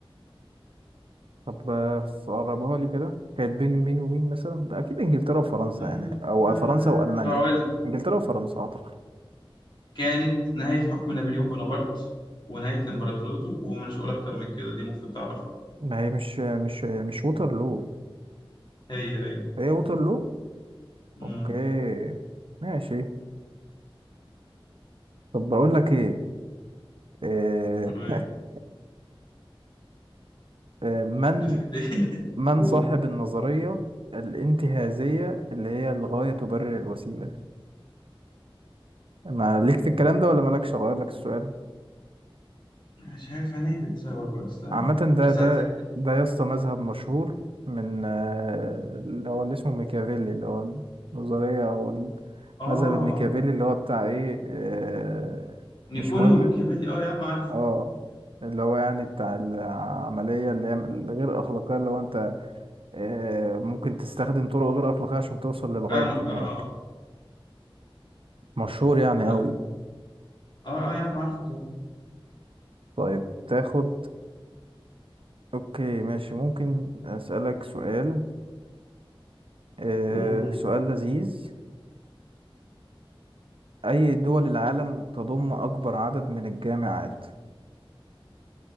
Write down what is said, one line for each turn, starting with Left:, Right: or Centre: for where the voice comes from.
Right: طب آه، قربها لي كده كانت بين مين ومين مثلا ده اكيد انجلترا وفرنسا
Left: أمم،
Right: يعني او آه، فرنسا والمانيا
Left: أقول لك
Right: انجلترا وفرنسا اعتقد
Left: كانت نهاية حكم نابليون بونابرت ونهاية إمبراطوريته ومش هقول أكتر من كده دي المفروض تعرفها بقى
Right: ما هي مش آه، مش آه، مش ووترلو
Left: هي هي
Right: هي ووترلو
Left: مم.
Right: اوكي ماشي طب بقول لك ايه آه،
Left: أوي.
Right: <laughs> آه، من
Left: انت بتضحك ليه؟ <laughs>
Right: من صاحب النظرية الانتهازية اللي هي الغاية تبرر الوسيلة ما ليك في الكلام ده ولا مالكش اغير لك السؤال
Left: مش عارف هنهبط سوا بقى استنى
Right: عامة
Left: بس
Right: ده ده
Left: هتسهل
Right: ده يا اسطى مذهب مشهور من آه، اللي هو اللي اسمه ميكافيلي اللي هو النظرية أو المذهب
Left: اه
Right: الميكافيلي اللي هو بتاع إيه آه،
Left: نيكولو
Right: مش مهم
Left: وميكافيلي اه يا عم عارفه
Right: اه اللي هو يعني بتاع العملية اللي هي الغير أخلاقية اللي هو أنت آه، ممكن تستخدم طرق غير أخلاقية عشان توصل للغاية
Left: فاهمك
Right: اللي في دماغك
Left: اه اه آه.
Right: مشهور يعني
Left: لا
Right: أوي
Left: اه اه يا عم عارفه طبعا
Right: طيب تاخد أوكي ماشي ممكن أسألك سؤال آه،
Left: قول
Right: سؤال لذيذ أي دول العالم تضم أكبر عدد من الجامعات